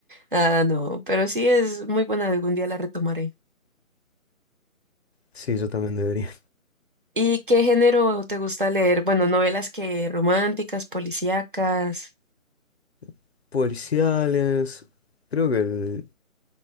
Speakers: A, on the right; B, on the left.
A: Ah, no, pero sí es muy buena, algún día la retomaré.
B: Sí, yo también debería.
A: ¿Y qué género te gusta leer? Bueno, novelas que románticas, policíacas.
B: <laughs> Policiales. Creo que el-